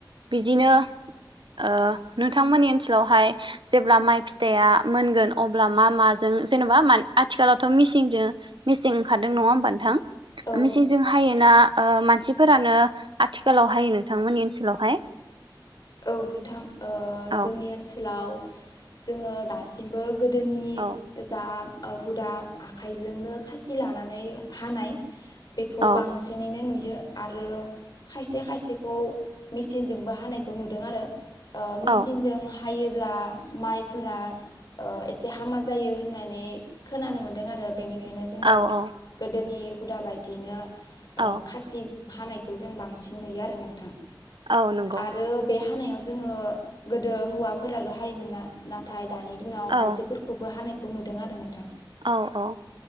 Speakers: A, on the right (about 75°); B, on the left (about 55°).
A: बिदिनो ओ नोंथांमोननि। थिलावहाय। जेब्ला माइ फिथाइया मोनगोन अब्ला मा माजों जेनेबा आथिखालावथ' मिसिनजों मेसिं ओंखारदों नङा होमबा नोंथां
B: औ
A: मेसिंजों हायोना मानसिफोरानो? आथिखालाव हायो नोंथांमोननि ओनसोलावहाय
B: औ नोंथां ओ
A: औ
B: जोंनि ओनसोलाव जोङो दासिमबो। गोदोनि
A: औ
B: जा ओ हुदा आखाइजोंनो खासि लानानै हानाय बेखौ
A: औ
B: बांसिनैनो नुयो आरो खायसे खायसेखौ मिसिनजोंबो हानाय। नुदों आरो मिचिनजों
A: औ
B: हायोब्ला माइफोरा। एसे हामा जायो होननानै खोनानो मोनदों आरो बेनिखायनो खायनो
A: औ
B: जोङो
A: औ
B: गोदोनि हुदा बायदियैनो
A: औ
B: ओ खासिजोंनो हानायखौ जों बांसिन नुयो आरो नोंथां।
A: औ नंगौ।
B: आरो बे हानायाव जोङो गोदो हौवाफोराल हायोमोन ना नाथाय दानि दिनाव
A: औ
B: आइजोफोरखौबो हानायखौ नुदों आरो नोंथां।
A: औ औ ओ